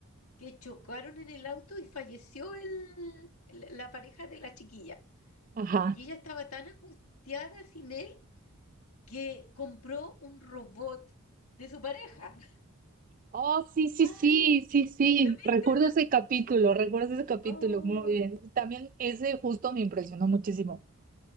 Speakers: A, on the left (about 80°); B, on the right (about 40°).
A: que chocaron en el auto y falleció el, la la pareja de la chiquilla.
B: Ajá.
A: Y ella estaba tan angustiada sin él que compró un robot de su pareja. <laughs>
B: Oh, sí, sí,
A: Ay,
B: sí, sí, sí.
A: ¿lo viste?
B: Recuerdo ese capítulo, recuerdo ese capítulo,
A: Oh,
B: muy bien. También ese justo me impresionó muchísimo,